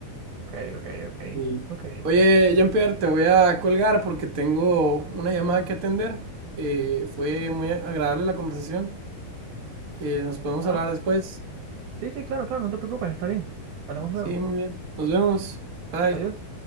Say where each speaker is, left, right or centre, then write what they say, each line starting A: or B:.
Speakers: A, on the right (about 65°); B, on the right (about 40°).
A: Ok, ok, ok.
B: Sí.
A: Ok.
B: Oye, Jean-Pierre, te voy a colgar porque tengo una llamada que atender. Eh, fue muy agradable la conversación. Eh, nos podemos
A: Ah,
B: hablar después.
A: sí, sí, claro, claro, no te preocupes, está bien. Hablamos
B: Sí,
A: luego.
B: muy bien. Nos vemos. Bye.
A: Adiós.